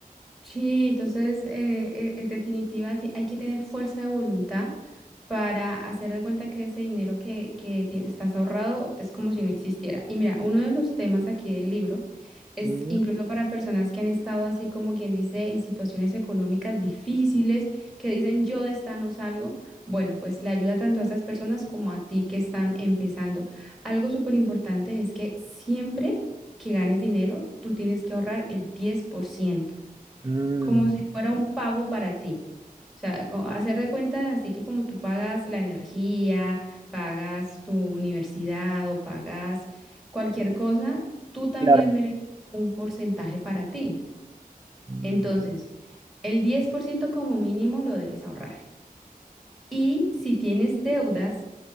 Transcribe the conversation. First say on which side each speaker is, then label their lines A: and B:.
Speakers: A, in the centre; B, on the right.
A: Sí, entonces, eh, eh, en definitiva, ti- hay que tener fuerza de voluntad para hacer de cuenta que ese dinero que, que tie- estás ahorrado es como si no existiera. Y mira, uno de los temas aquí del libro es
B: Mm,
A: incluso para personas que han estado así como quien dice en situaciones económicas difíciles, que dicen yo de esta no salgo. Bueno, pues le ayuda tanto a esas personas como a ti que están empezando. Algo súper importante es que siempre que ganes dinero, tú tienes que ahorrar el 10%
B: mm,
A: como si fuera un pago para ti. O sea, co- hacer de cuenta así que como tú pagas la energía, pagas tu universidad o pagas cualquier cosa, tú también
B: claro.
A: mereces un porcentaje para ti.
B: Mm.
A: Entonces, el 10% como mínimo lo debes ahorrar. Y si tienes deudas,